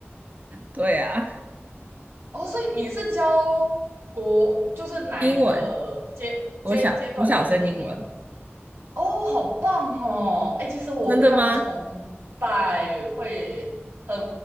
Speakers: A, on the right; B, on the right.
A: 对啊，
B: <laughs> 哦，所以你是教国，就是哪一个阶阶阶段的英文？
A: 英文，国小国小生英文，
B: 哦，好棒哦！哎，其实我非常崇拜会很
A: 真的吗？